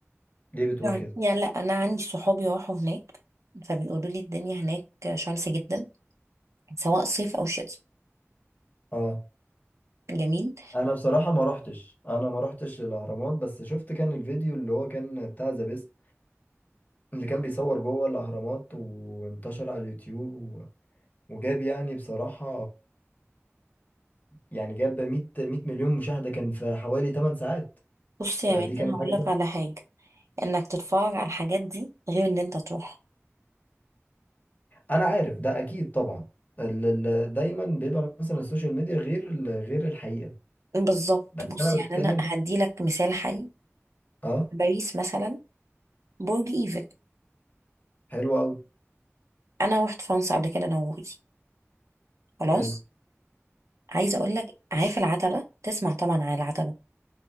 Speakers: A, on the left (about 35°); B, on the right (about 80°).
A: ليه بتقولي
B: يعني
A: كده؟
B: يعني لا انا عندي صحابي راحوا هناك فبيقولوا لي الدنيا هناك شمس جدا سواء صيف او شتاء
A: اه
B: جميل
A: انا بصراحه ما رحتش انا ما رحتش الاهرامات بس شفت كان الفيديو اللي هو كان بتاع ذا بيست اللي كان بيصور جوه الاهرامات وانتشر على اليوتيوب و... وجاب يعني بصراحه يعني جاب 100 100 مليون مشاهده كان في حوالي 8 ساعات
B: بص
A: فدي
B: يا ميدان
A: كانت
B: هقول
A: حاجه
B: لك
A: تحفة.
B: على حاجه انك تتفرج على الحاجات دي غير ان انت تروح
A: انا عارف ده اكيد طبعا ال... ال... دايما بيبقى مثلا السوشيال ميديا غير ال... غير الحقيقه
B: بالظبط
A: بس
B: بص
A: انا
B: يعني
A: بتكلم
B: انا هدي لك مثال حي
A: اه
B: باريس مثلا برج ايفل
A: حلو قوي
B: انا روحت فرنسا قبل كده انا وجوزي خلاص
A: حلو
B: عايزه اقول لك عارف العتبه تسمع طبعا عن العتبه